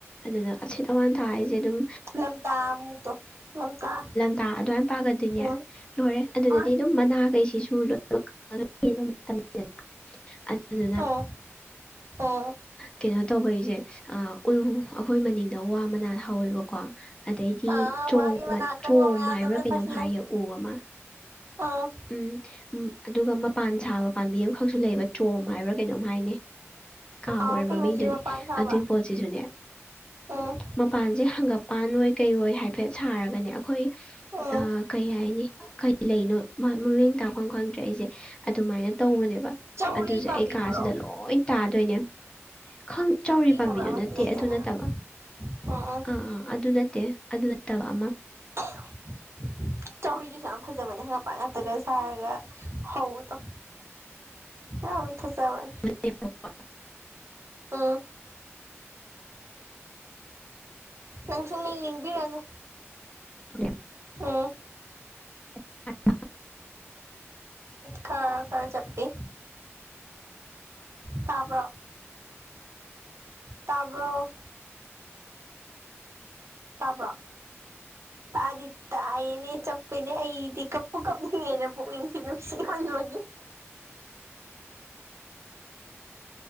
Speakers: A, on the left; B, on the right.
A: ꯑꯗꯨꯗ ꯑꯁꯤꯠ ꯑꯋꯥꯟꯊꯥ ꯍꯥꯏꯖꯦ ꯑꯗꯨꯝ
B: ꯂꯝꯇꯥ <unintelligible> ꯂꯝꯇꯥ
A: ꯇꯥ ꯑꯗꯨꯋꯥꯥꯏꯅ ꯄꯥꯒꯗꯣꯏꯅꯦ
B: ꯎꯝ
A: ꯂꯣꯏꯔꯦ ꯑꯗꯨꯗꯗꯤ
B: ꯍꯣꯏ
A: ꯑꯗꯨꯝ ꯃꯅꯥꯈꯩꯁꯤꯁꯨ ꯂꯣꯏ <unintelligible> ꯑꯗꯨꯗꯨꯅ
B: ꯎꯝ ꯎꯝ
A: ꯀꯩꯅꯣ ꯇꯧꯕꯩꯁꯦ ꯑꯥ ꯑꯩꯈꯣꯏ ꯃꯅꯤꯡꯗ ꯋꯥ ꯃꯅꯥꯜ ꯍꯧꯋꯦꯕꯀꯣ ꯑꯗꯩꯗꯤ
B: ꯑꯥ
A: ꯆꯣꯡ
B: ꯋꯥꯒꯤ ꯃꯅꯥ ꯑꯀꯪꯕ
A: ꯆꯣꯝ
B: ꯃꯌꯥꯝꯗꯣ
A: ꯍꯥꯏꯕ꯭ꯔꯥ
B: ꯂꯣꯏ
A: ꯀꯩꯅꯣꯝ
B: ꯄꯥꯏꯁꯤꯜꯂꯛ
A: ꯍꯥꯏꯌꯦ ꯎ ꯑꯃ
B: ꯑꯥ
A: ꯎꯝ ꯑꯗꯨꯒ ꯃꯄꯥꯟ ꯁꯥꯕ ꯄꯥꯝꯕꯤ ꯑꯃꯈꯛꯁꯨ ꯂꯩꯕ ꯆꯣꯝ ꯍꯥꯏꯕ꯭ꯔꯥ ꯀꯩꯅꯣꯝ ꯍꯥꯏꯅꯦ ꯀꯥꯎꯈꯔꯦ
B: ꯑꯥ ꯀꯩ
A: ꯃꯃꯤꯡꯗꯨꯗꯤ
B: ꯃꯆꯨꯒꯤ ꯃꯄꯥꯟ ꯁꯥꯕ
A: ꯑꯗꯨꯏ ꯄꯣꯠꯁꯤꯁꯨꯅꯦ
B: ꯎꯝ
A: ꯃꯄꯥꯟꯁꯦ ꯍꯪꯒꯝꯄꯥꯜ ꯑꯣꯢ ꯀꯩ ꯑꯣꯏ ꯍꯥꯏꯐꯦꯠ ꯁꯥꯔꯒꯅꯦ ꯑꯩꯈꯣꯏ
B: ꯎꯝ
A: ꯀꯩ ꯍꯥꯏꯅꯤ ꯀꯔꯤ ꯂꯩꯅꯣ ꯃꯃꯤꯡ ꯇꯥꯛꯐꯝ ꯈꯪꯗ꯭ꯔꯦ ꯑꯩꯁꯦ ꯑꯗꯨꯃꯥꯏꯅ ꯇꯧꯕꯅꯦꯕ
B: ꯆꯧꯔꯤ
A: ꯑꯗꯨꯁꯨ
B: ꯄꯥꯝꯕꯤꯗꯨꯔꯣ
A: ꯑꯩ ꯀꯥꯁꯤꯗ ꯂꯣꯏ ꯇꯥꯗꯣꯏꯅꯦ ꯈꯪ ꯆꯥꯎꯔꯤ ꯄꯥꯝꯕꯤꯗꯨ
B: ꯍꯥꯏꯕ ꯑꯃꯁꯨ
A: ꯅꯠꯇꯦ
B: ꯂꯩꯗꯅ
A: ꯑꯗꯨ ꯅꯠꯇꯕ
B: ꯎꯝ
A: ꯑꯥ ꯑꯥ ꯑꯗꯨ ꯅꯠꯇꯦ ꯑꯗꯨ ꯅꯠꯇꯕ ꯑꯃ
B: ꯍ <inaudible> ꯆꯧꯔꯤꯗꯨꯁꯨ ꯌꯥꯝ ꯐꯖꯕꯅꯦ ꯍꯪꯒꯥꯝꯄꯥꯜ ꯉꯛꯇꯒ ꯁꯥꯔꯒ ꯍꯧꯕꯗꯣ ꯑꯣ ꯐꯖꯕꯅꯦ
A: <unintelligible>
B: ꯑꯥ ꯅꯪ ꯁꯨꯡꯅꯤꯡ ꯅꯤꯡꯕꯤꯔꯅꯨ
A: ꯎ <inaudible>
B: ꯑꯝ
A: ꯑ <unintelligible>
B: ꯈꯔ ꯈꯔ ꯆꯞꯄꯤ ꯇꯥꯕ꯭ꯔꯣ ꯇꯥꯕ꯭ꯔꯣ ꯇꯥꯕ꯭ꯔꯣ ꯇꯥꯗꯤ ꯇꯥꯏꯌꯦꯅꯦ ꯆꯞꯄꯦꯅꯦ ꯑꯩꯗꯤ ꯀꯞꯄꯨ ꯀꯞꯅꯤꯡꯉꯦꯅ ꯄꯨꯛꯅꯤꯡꯁꯤ ꯅꯨꯡꯁꯤ ꯃꯟꯕꯒꯤ